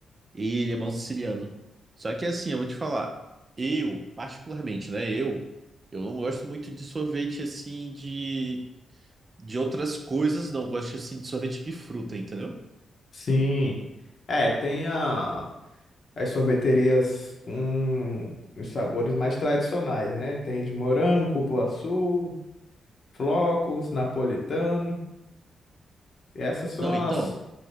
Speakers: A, on the right (about 40°); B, on the left (about 55°).
A: e limão siciliano. Só que assim, eu vou te falar, eu, particularmente, né, eu, eu não gosto muito de sorvete assim de de outras coisas, não gosto assim de sorvete de fruta, entendeu?
B: Sim. É, tem a, as sorveterias com os sabores mais tradicionais, né? Tem de morango, cupuaçu, flocos, napolitano. Essas são
A: Não, então,
B: as,